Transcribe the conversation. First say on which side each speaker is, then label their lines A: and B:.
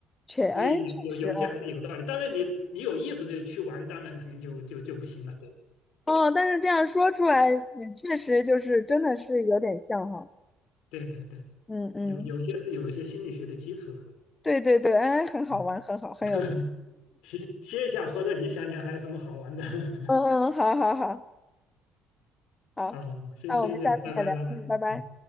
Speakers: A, on the left; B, on the left.
A: 确，
B: 所以有有有些还是有道理。
A: 哎，确实啊，
B: 当然你，你有意识的去玩，当然可能就就就不行了。对
A: 哦，但是这样说出来，嗯确实就是真的是有点像哈，
B: 对对对，
A: 嗯嗯，
B: 有有些是有一些心理学的基础的嘛。
A: 对对对，哎，很好玩，
B: 嗯，
A: 很好，很有意思，
B: <laughs> 歇歇一下，或者你想想还有什么好玩的？<laughs>
A: 嗯嗯，好好好好，
B: 好好好，先歇一下，
A: 那我们下次再聊，
B: 拜拜拜拜。
A: 嗯，拜拜。
B: 嗯。